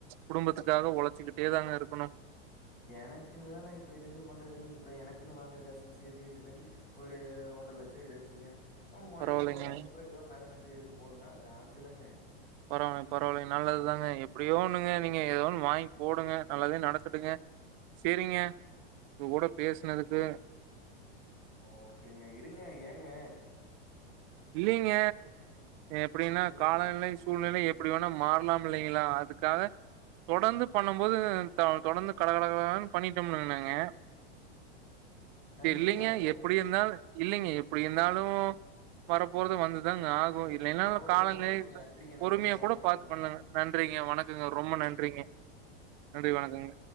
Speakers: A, on the right; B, on the left.
A: குடும்பத்துக்காக ஒழச்சிக்கிட்டே தாங்க இருக்கணு
B: எனக்குன்னல்லா நா இப்ப எதுவுமே பண்றது இல்லங்க இப்ப எனக்குன்னு வாங்குற காசுல சேத்து வச்சுங்காட்டி ஒரு ஒன்ற லச்சோ இருஞ்சுங்க ம் வைஃபுகோ
A: பரவாயில்லைங்க.
B: பையனுக்கோ ஏதோ நகை நட்டு எடுத்து போடுனா அது ஆச்சுல்லங்க
A: பரவால்ல பரவால்லைங்க நல்லதுதாங்க எப்டியோ ஒண்ணுங்க நீங்க ஏதோ ஒன்னு வாங்கி போடுங்க நல்லதே நடக்கட்டுங்க செரிங்க உங்க கூட பேசுனதுக்கு
B: ஓக்கேங்க இருங்க ஏங்க
A: இல்லைங்க எப்டின்னா
B: சொல்லுங்க.
A: காலநிலை சூழ்நிலை எப் டி வேணா மாறலாம் இல்லைங்களா அதுக்காக தொடந்து பண்ணம் போதுக தா தொடந்து கட கட கரகரனு பண்ணிட்டோம்னுனேங்களே
B: நன்றி,
A: தெர்லிங்க
B: வணக்கம்ங்க.
A: எப்டி இருந்தால் இல்லங்க எப்டி இந்தாலு வரப்போறது வந்துதாங்க ஆகூ இல்லேனாலு
B: ஓகேங்க,
A: காலங்களின
B: ஓகேங்க. நன்றிங்க,
A: பொறுமையா
B: நன்றி, வணக்கம்ங்க.
A: கூட பாத்து பண்ணுங்க நன்றிங்க வணக்கங்க ரொம்ப நன்றிங்க நன்றி வணக்கங்க